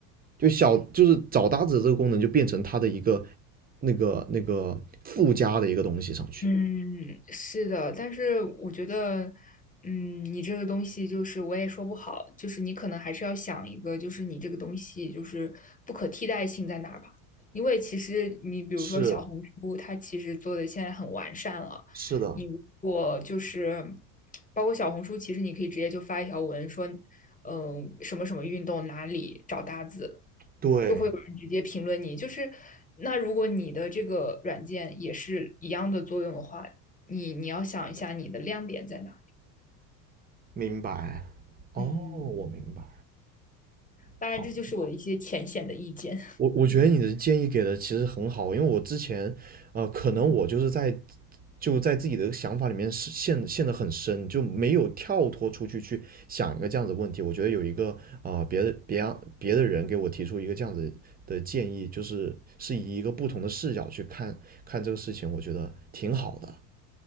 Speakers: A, on the right; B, on the left.
A: 就小就是找搭子这个功能就变成它的一个那个那个附加的一个东西上去。
B: 嗯，是的，但是我觉得，嗯，你这个东西就是我也说不好，就是你可能还是要想一个，就是你这个东西就是不可替代性在哪儿吧？因为其实你比如说小红书，
A: 是
B: 它其实做的现在很完善了，
A: 是的，
B: 你如果就是包括小红书，其实你可以直接就发一条文说，嗯，什么什么运动哪里找搭子。
A: 对，
B: 就会有人直接评论你。就是那如果你的这个软件也是一样的作用的话，你你要想一下你的亮点在哪。
A: 明白。哦，
B: 嗯，
A: 我明白。
B: 当然这就是我的一些浅显的意见。
A: 好，我我觉得你的建议给的其实很好，因为我之前，呃，
B: <laughs>
A: 可能我就是在
B: 嗯
A: 就在自己的想法里面是陷陷得很深，就没有跳脱出去去想一个这样子的问题。我觉得有一个啊、呃别的别让别的人给我提出一个这样子的建议，就是是以一个不同的视角去看看这个事情，我觉得挺好的。